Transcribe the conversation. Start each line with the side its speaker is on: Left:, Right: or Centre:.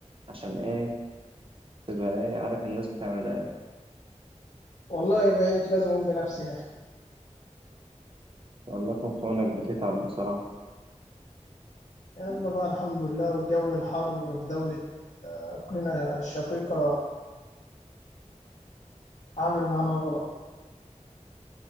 Right: عشان ايه تبقى ايه عارف الناس بتعمل ايه
Left: والله بقيت لازم أقوم بنفسي يا أخي
Right: والله يكون في عونك بتتعب بصراحة
Left: يلا بقى الحمد لله والجو الحر في دولة أوكرانيا الشقيقة عامل معانا الغلط